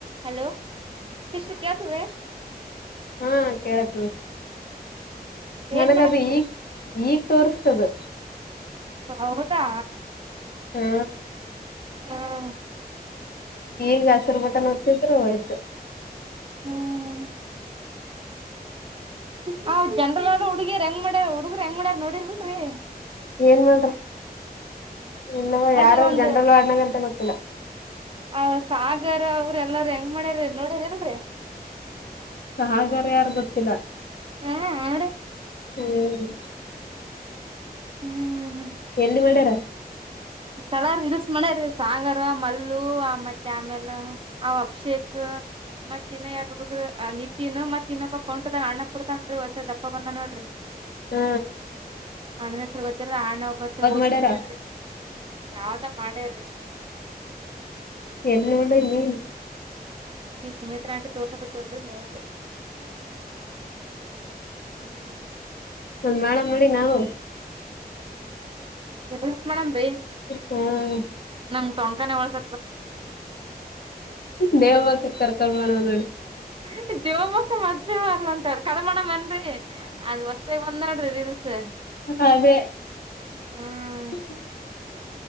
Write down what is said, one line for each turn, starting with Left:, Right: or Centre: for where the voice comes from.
Right: Hello <unintelligible>
Left: ಹಾ ಕೇಳಕತದ ನನ್ನಗದ
Right: ಏನ್ ಮಾಡಕತ್ತರಿ
Left: ಈಗ್ ಈಗ್ ತೋರ್ಸ್ತದ
Right: ಹೌದಾ
Left: ಹಾ
Right: ಹ್ಮ
Left: ಈಗ ಹಸಿರು ಬಟ ಒತಿದ್ರು ಆಯ್ತು
Right: ಹ್ಮ್ ಹ್ ಜನನ್ರಲ್ ಅವರ ಹುಡುಗಿರ ಹೆಂಗ್ ಮಾಡ್ಯಾರ ಹುಡುಗರು ಹೆಂಗ ಮಾಡ್ಯಾರಿಲ್ಲ ನೋಡಿದಲ್ರರಿ.
Left: ಏನ್ ಮಾಡ್ರ ಇಲ್ಲವ ಯಾರಾರ
Right: ಅದು ಒಂದು
Left: ಜನ್ರಲ್ ವಾಡನಂಗಂತ ಗೊತ್ತಿಲ್ಲ.
Right: ಆ ಸಾಗರ್ ಅವ್ರ ಎಲ್ಲಾರ ಹೆಂಗ್ ಮಾಡ್ಯಾರ ನೋಡ್ಯರಲ್ರಿ.
Left: ಸಾಗರ ಯಾರು ಗೊತ್ತಿಲ್ಲ
Right: ಹ ಹಾರಿ.
Left: ಹ್ಮ್.
Right: ಹ್ಮ್.
Left: ಎಲ್ಲಿ ಮಾಡ್ಯಾರ.
Right: ಸ್ಥಳಾರ್ ಇರಸ ಮಾಡ್ಯಾರಿ ಸಾಂಗಾರ ಮಲ್ಲು ಮತ್ತೆ ಆಮೇಲೆ. ಅವ ಅಭಿಷೇಕ. ಮತ್ತ ಇನ್ನ ಎರಡು ಹುಡುಗ್ರ ನಿತ್ಯನು ಮತ್ ಇನ್ನೊಬ್ ಕೌಂಟದಾಗ ಅಣ್ಣ ಕುಡತಾನನ್ ಹೊಸ ದಪ್ಪ ಬಂದ ನೋಡ್ರಿ.
Left: ಹ.
Right: ಅಣ್ಣಾನ್ ಹೆಸರ ಗೊತ್ತಿಲ್ಲ ಆಣ್ಣ ಬತ್ತ ಓಸ್
Left: ಮಾಡ್ಯಾರ
Right: ಬಂದಿರಿ ಯಾವ್ದ ಮಾಡೇರಿ.
Left: ಎಲ್ಲ ನೋಡಿ ನೀನು.
Right: ಸುಮಿತ್ರಾ ಆಂಟಿ ತೋರ್ಸಕಲ್ ನೋಡಿದೆ. ಹ್ಮ್.
Left: ಒಂದ್ ಮಾಡಮ ನಡಿ ನಾವು.
Right: ಎ ರೀಲ್ಸ್ ಮಾಡಮ ರಿ.
Left: ಹ್ಮ್.
Right: ನಂಗ್ ತಟೊಕಾನೇ ಒಳಸ
Left: ದೇವ ಮಕ್ಕ ಕರ್ಕೊಂಡ ಮಾಡಮ ನಡಿ.
Right: <unintelligible> <unintelligible> ಬಂದಾಳ್ರಿ ರೀಲ್ಸ್.
Left: ಹ ಅದೇ.
Right: ಹ್ಮ್
Left: ಹ.